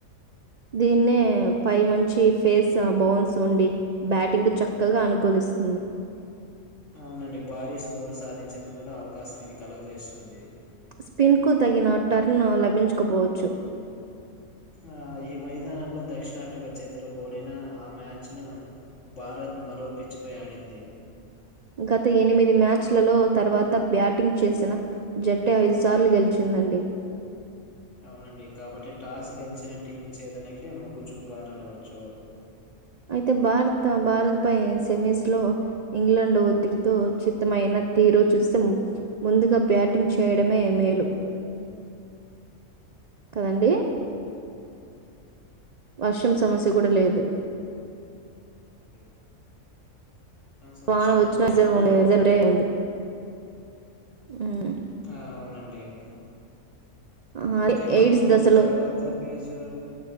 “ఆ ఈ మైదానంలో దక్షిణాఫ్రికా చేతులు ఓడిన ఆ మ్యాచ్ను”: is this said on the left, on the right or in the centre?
Left